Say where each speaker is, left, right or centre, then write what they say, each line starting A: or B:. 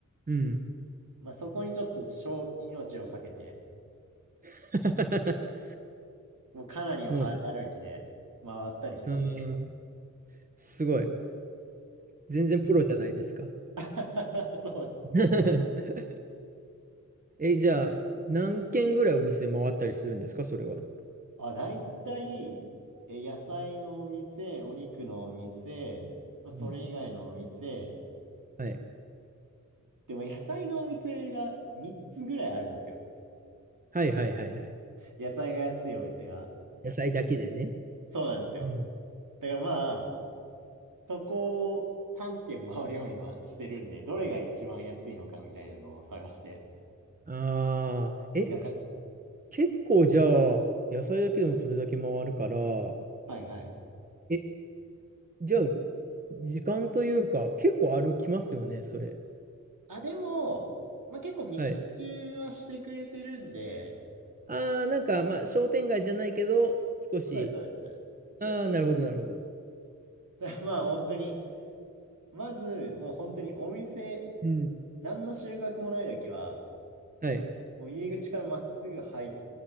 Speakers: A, on the right; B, on the right.
A: うん。
B: まあ、そこにちょっと小命をかけて、
A: <laughs>
B: もうかなりの早歩きで回ったりします。
A: もうさ、うん。すごい。全然プロじゃないですか。
B: <laughs> そうです。
A: <laughs> え、じゃあ、何軒ぐらいお店回ったりするんですか、それは。
B: あ、大体、え、野菜のお店、お肉のお店、まあ、それ以外のお店、
A: うん。はい。
B: でも野菜のお店が3つぐらいあるんですよ。
A: はいはいはいはい。
B: 野菜が安いお店が。
A: 野菜だけでね。
B: そうなんですよ。
A: うん。
B: だからまあ、そこを3軒回るようにはしてるんで、どれが一番安いのかみたいなのを探して。
A: ああ、え、
B: え、だから、
A: 結構じゃあ、野菜だけでもそれだけ回るから、
B: はいはい。
A: え、じゃあ、時間というか、結構歩きますよね、それ。
B: あ、でも、まあ結構密集はしてくれてるんで、
A: はい。ああ、なんか、まあ、商店街じゃないけど、少し、
B: そうです、そうです。
A: ああ、なるほど、なるほど。
B: <laughs> だからまあ本当に、まず、もう本当にお店、
A: うん。
B: 何の収穫もない時は、
A: はい、
B: もう入り口からまっすぐ入っ